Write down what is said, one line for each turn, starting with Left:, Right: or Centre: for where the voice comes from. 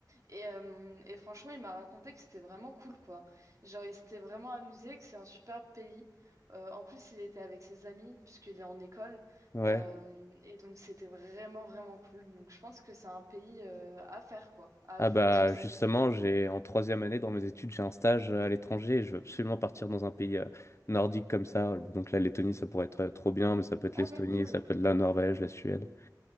Right: Et, euh, et franchement, il m'a raconté que c'était vraiment cool, quoi. Genre, il s'était vraiment amusé, que c'est un super pays. Euh, en plus, il était avec ses amis, puisqu'il est en école.
Left: Ouais.
Right: Euh, et donc, c'était vraiment, vraiment cool. Donc, je pense que c'est un pays euh, à faire, quoi, à ajouter
Left: Ah bah
Right: sur sa
Left: justement,
Right: liste.
Left: j'ai en troisième année dans mes études, j'ai un stage euh, à l'étranger et je veux absolument partir dans un pays euh, nordique comme ça. Donc la Lettonie, ça pourrait être euh, trop bien, mais ça peut être
Right: Ah
Left: l'Estonie,
Right: ouais, cool.
Left: ça peut être la Norvège, la Suède,